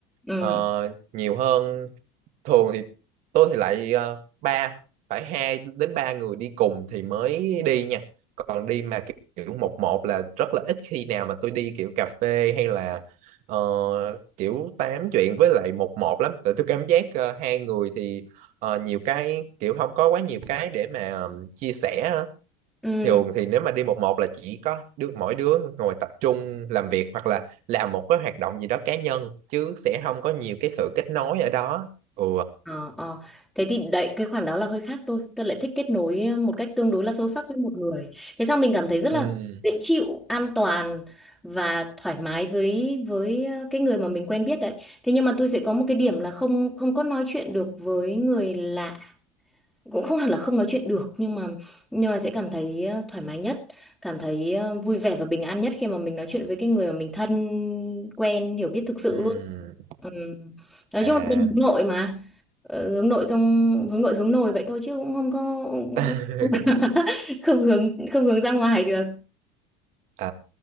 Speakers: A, in the centre; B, on the right (about 55°).
A: ừ,
B: Ờ, nhiều hơn thường thì tôi thì lại ờ, ba phải hai đến ba người đi cùng thì mới đi nha còn đi mà kiểu kiểu một một là rất là ít khi nào mà tôi đi kiểu cà phê hay là ờ, kiểu tám chuyện với lại một một lắm tại tôi cảm giác ờ, hai người thì ờ, nhiều cái kiểu không có quá nhiều cái để mà ừm, chia sẻ á.
A: ừ.
B: thường thì nếu mà đi một một là chỉ có đứa mỗi đứa ngồi tập trung làm việc hoặc là làm một cái hoạt động gì đó cá nhân chứ sẽ không có nhiều cái sự kết nối ở đó ừ
A: Ờ, ờ. Thế thì đấy cái khoản đó là hơi khác tôi tôi lại thích kết nối ờ, một cách tương đối là sâu sắc với một người thế sao mình cảm thấy rất
B: ừ
A: là dễ chịu an toàn và thoải mái với với ờ, cái người mà mình quen biết đấy thế nhưng mà tôi sẽ có một cái điểm là không không có nói chuyện được với người lạ cũng không hẳn là không nói chuyện được nhưng mà nhưng mà sẽ cảm thấy ờ, thoải mái nhất cảm thấy ờ, vui vẻ và bình an nhất khi mà mình nói chuyện với cái người mà mình thân quen hiểu biết thực sự
B: ừ
A: luôn ừ. nói
B: à
A: chung là dân hướng nội mà ờ, hướng nội xong hướng nội hướng nồi vậy thôi chứ cũng không có
B: <laughs>
A: <laughs> không hướng không hướng ra ngoài được
B: à